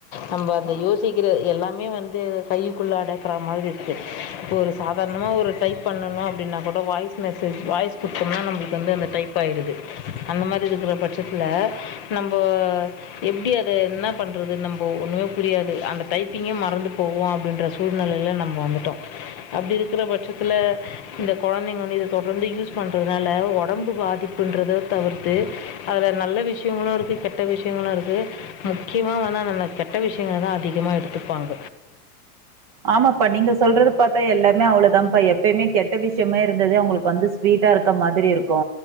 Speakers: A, on the left; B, on the right.
A: நம்ம அதை யோசிக்கிறது எல்லாமே வந்து கைக்குள்ளே அடக்கிற மாதிரி இருக்குது இப்போ ஒரு சாதாரணமாக ஒரு டைப் பண்ணணும் அப்படின்னா கூட வாய்ஸ் மெசேஜ் வாய்ஸ் கொடுத்தோம்னா நம்மளுக்கு வந்து அந்த டைப் ஆயிடுது அந்த மாதிரி இருக்கிற பட்சத்தில் நம்போ எப்படி அதை என்ன பண்ணுறது நம்போ ஒன்றுமே புரியாது அந்த டைப்பிங்கே மறந்து போவோம் அப்படின்ற சூழ்நிலையில் நம்ம வந்துட்டோம் அப்படி இருக்கிற பட்சத்தில் இந்த குழந்தைங்க ஒன்று இது தொடர்ந்து யூஸ் பண்ணுறதுனால உடம்பு பாதிப்புன்றதை தவிர்த்து அதில் நல்ல விஷயங்களும் இருக்கு கெட்ட விஷயங்களும் இருக்கு முக்கியமாக வந்தால் நம கெட்ட விஷயங்கள் தான் அதிகமாக எடுத்துப்பாங்க
B: ஆமாப்பா நீங்க சொல்றது ப்த்தா எல்லாமே அவ்ளவுதான்ப்பா எப்பயுமே கெட்ட விஷயமே இருந்தது அவங்களுக்கு வந்து ஸ்வீட்டா இருக்க மாதிரி இருக்கு